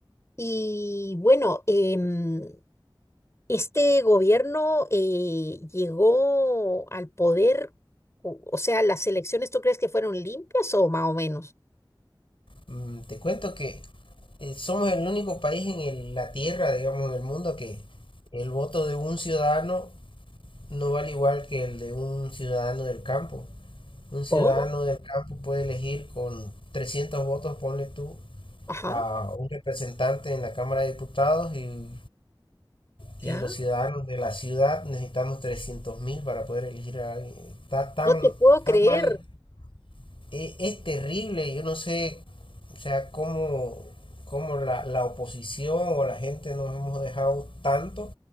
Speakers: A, on the left; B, on the left.
A: y bueno, em, este gobierno eh, llegó al poder, o, o sea, las elecciones, ¿tú crees que fueron limpias o más o menos?
B: ¿no? Mm, Te cuento que eh, somos el único país en el- la Tierra, digamos, en el mundo que el voto de un ciudadano no vale igual que el de un ciudadano del campo. un ciudadano
A: ¿Cómo?
B: del campo puede elegir con 300 votos, ponle tú,
A: Ajá,
B: a un representante en la Cámara de Diputados y, y
A: ya.
B: los ciudadanos de la ciudad necesitamos trescientos mil para poder elegir a alguien. Está tan,
A: No te puedo creer.
B: tan mal, es, es terrible, yo no sé, o sea, cómo, cómo la, la oposición o la gente nos hemos dejado tanto